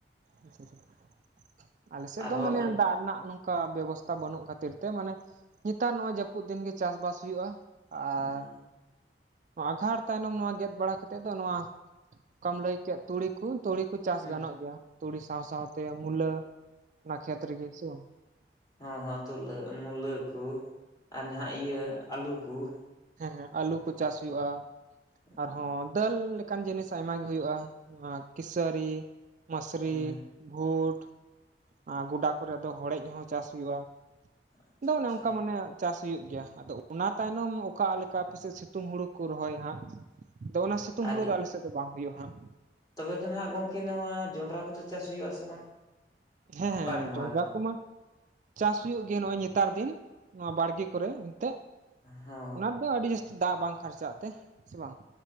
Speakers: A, on the right (about 45°); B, on the left (about 20°).
A: ᱟᱪᱪᱷᱟ ᱟᱪᱪᱷᱟ, ᱟᱞᱮ ᱥᱮᱫ
B: ᱟᱨᱦᱚᱸ
A: ᱫᱚ ᱢᱟᱱᱮ ᱫᱟᱜ ᱨᱮᱱᱟᱜ ᱱᱚᱝ ᱠᱟ ᱵᱮᱵᱚᱥᱛᱟ ᱵᱟᱹᱱᱩᱜ ᱠᱷᱟᱹᱛᱤᱨ ᱛᱮ ᱢᱟᱱᱮ ᱱᱮᱛᱟᱨ ᱱᱚᱜ-ᱚᱭ ᱡᱟᱹᱯᱩᱫ ᱫᱤᱱ ᱜᱮ ᱪᱟᱥ-ᱵᱟᱥ ᱦᱩᱭᱩᱜ-ᱟ ᱾ ᱟᱨ
B: ᱦᱚᱸ
A: ᱟᱸᱜᱷᱟᱲ ᱛᱟᱭᱱᱚᱢ ᱱᱚᱣᱟ ᱜᱮᱫ ᱵᱟᱲᱟ ᱠᱟᱛᱮᱫ ᱫᱚ ᱱᱚᱣᱟ ᱚᱠᱟᱢ ᱞᱟᱹᱭ ᱠᱮᱫ ᱛᱩᱲᱤ ᱠᱩ, ᱛᱩᱲᱤ ᱠᱩ ᱪᱟᱥ
B: ᱦᱚᱸ
A: ᱜᱟᱱᱚᱜ ᱜᱮᱭᱟ, ᱛᱩᱲᱤ ᱥᱟᱶ ᱥᱟᱶᱛᱮ ᱢᱩᱞᱟᱹ ᱚᱱᱟ ᱠᱷᱮᱛ ᱨᱮᱜᱮ ᱾ ᱥᱮ ᱵᱟᱝ?
B: ᱦᱚᱸ ᱦᱚᱸ ᱛᱩᱞᱟᱹ ᱢᱩᱞᱟᱹ ᱠᱚ ᱟᱨ ᱱᱟᱦᱟᱜ ᱤᱭᱟᱹ ᱟᱹᱞᱩ ᱠᱚ ᱾
A: ᱦᱮᱸ ᱦᱮᱸ ᱟᱹᱞᱩ ᱠᱚ ᱪᱟᱥ ᱦᱩᱭᱩᱜᱼᱟ ᱾
B: ᱦᱮᱸ
A: ᱟᱨᱦᱚᱸ ᱫᱟᱹᱞ ᱞᱮᱠᱟᱱ ᱡᱤᱱᱤᱥ ᱟᱭᱢᱟ ᱜᱮ ᱦᱩᱭᱩᱜᱼᱟ ᱱᱚᱣᱟ ᱠᱤᱥᱟᱹᱨᱤ, ᱢᱟᱹᱥᱨᱤ,
B: ᱦᱮᱸ
A: ᱵᱷᱩᱴ, ᱟᱨ ᱜᱚᱰᱟ ᱠᱚᱨᱮ ᱫᱚ ᱦᱚᱲᱮᱡ ᱦᱚᱸ ᱪᱟᱥ ᱦᱩᱭᱩᱜᱼᱟ ᱾
B: ᱟᱪᱪᱷᱟ
A: ᱟᱫᱚ ᱚᱱᱮ
B: ᱟᱪᱪᱷᱟ
A: ᱚᱱᱠᱟ ᱢᱟᱱᱮ ᱪᱟᱥ ᱦᱩᱭᱩᱜ ᱜᱮᱭᱟ, ᱟᱫᱚ ᱚᱱᱟ ᱛᱟᱭᱱᱚᱢ ᱚᱠᱟᱞᱮᱠᱟ ᱟᱯᱮᱥᱮᱫ ᱥᱤᱛᱩᱝ ᱦᱩᱲᱩ ᱠᱚ ᱨᱚᱦᱚᱭᱟ ᱦᱟᱸᱜ? ᱟᱫᱚ ᱚᱱᱟ ᱥᱤᱛᱩᱝ
B: ᱟᱨ
A: ᱦᱩᱲᱩ ᱫᱚ ᱟᱞᱮ ᱥᱮᱫ ᱫᱚ ᱵᱟᱝ ᱦᱩᱭᱩᱜᱼᱟ ᱦᱟᱸᱜ ᱾
B: ᱛᱚᱵᱮ ᱫᱚ ᱱᱟᱦᱟᱜ ᱜᱚᱝᱠᱮ ᱱᱚᱣᱟ ᱡᱚᱱᱰᱨᱟ ᱠᱚᱫᱚ ᱪᱟᱥ ᱦᱩᱭᱩᱜ-ᱟ ᱥᱮ ᱵᱟᱝ?
A: ᱦᱮᱸ ᱦᱮᱸ
B: ᱵᱟᱝ
A: ᱡᱚᱸᱰᱨᱟ
B: ᱵᱟᱝᱟ
A: ᱠᱚᱢᱟ
B: ᱾
A: ᱪᱟᱥ ᱦᱩᱭᱩᱜ ᱜᱮᱭᱟ ᱱᱚᱜᱼᱚᱭ ᱱᱮᱛᱟᱨ ᱫᱤᱱ, ᱱᱚᱣᱟ ᱵᱟᱲᱜᱮ ᱠᱚᱨᱮ ᱮᱱᱛᱮᱜ ᱾
B: ᱦᱚᱸ
A: ᱚᱱᱟ ᱫᱚ ᱟᱹᱰᱤ ᱡᱟᱹᱥᱛᱤ ᱫᱟᱜ ᱵᱟᱝ ᱠᱷᱟᱨᱪᱟᱜ ᱛᱮ, ᱥᱮ ᱵᱟᱝ?